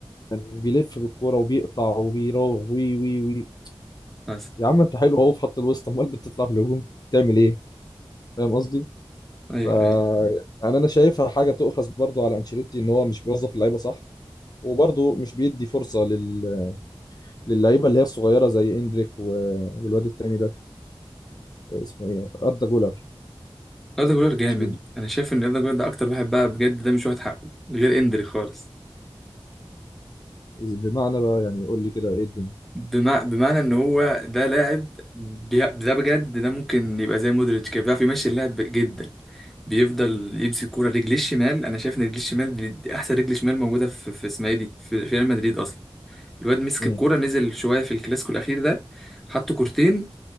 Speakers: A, on the left; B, in the centre.
A: كان بيلف بالكوره وبيقطع وبيراوغ وي وي وي
B: حصل
A: يا عم انت حلو اهو في خط الوسط امال بتطلع في الهجوم تعمل ايه فاهم قصدي
B: ايوه
A: ف
B: ايوه
A: يعني انا شايفها حاجه تؤخذ برضو على انشيلوتي ان هو مش بيوظف اللعيبه صح وبرضه مش بيدي فرصه لل... للعيبه اللي هي الصغيره زي اندريك و... والواد التاني ده اسمه ايه اردا جولر
B: أردا جولر جامد
A: مش بيدو
B: أنا شايف إن أردا جولر ده أكتر واحد بقى بجد ده مش واخد حقه غير إندري خالص
A: بمعنى بقى يعني يقول لي كده ايه الدنيا
B: بمع... بمعنى إن هو ده لاعب بي... ده بجد ده ممكن يبقى زي مودريتش كده بيعرف يمشي اللعب جدا بيفضل يمسك كورة رجليه الشمال أنا شايف إن رجليه الشمال دي, دي أحسن رجل شمال موجودة في في اسمها إيه دي في في ريال مدريد أصلا الواد مسك
A: امم
B: الكورة نزل شوية في الكلاسيكو الأخير ده حط كورتين